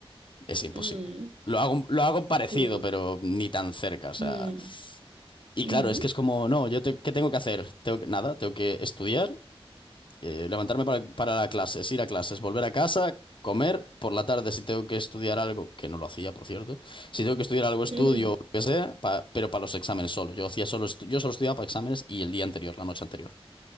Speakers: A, on the left (about 55°); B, on the right (about 80°).
A: es imposible.
B: mm.
A: Lo hago, lo hago parecido,
B: Sí.
A: pero ni tan cerca, o sea.
B: Mm,
A: Y
B: ujú,
A: claro, es que es como, no, yo te- ¿qué tengo que hacer? Tengo que- nada, tengo que estudiar eh, levantarme para, para la clases, ir a clases, volver a casa, comer, por la tarde si tengo que estudiar algo, que no lo hacía, por cierto, si tengo que estudiar algo, estudio,
B: ujú,
A: lo que sea, pa- pero para los exámenes solo. Yo hacía solo, estu- yo solo estudiaba para exámenes y el día anterior, la noche anterior.